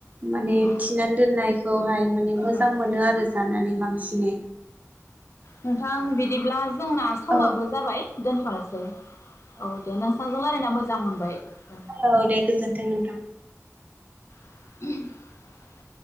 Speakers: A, on the right; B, on the left.
A: माने
B: औ
A: थिनानै दोननायखौहाय माने मोजां
B: औ
A: मोनो आरो जानानै। स्नि
B: नोंथां बिदिब्ला जोंना समाबो
A: औ
B: जाबाय दोनथनोसै औ दे नोंसाजों रायलायना मोजां मोनबाय। औ
A: अरौ दे गोजोनथों नोंथां।
B: <unintelligible>